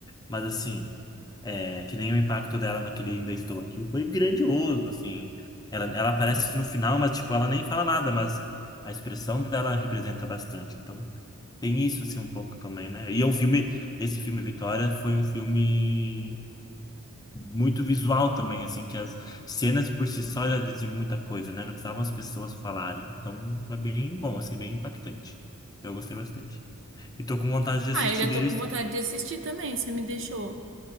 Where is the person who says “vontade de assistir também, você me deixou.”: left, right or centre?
Right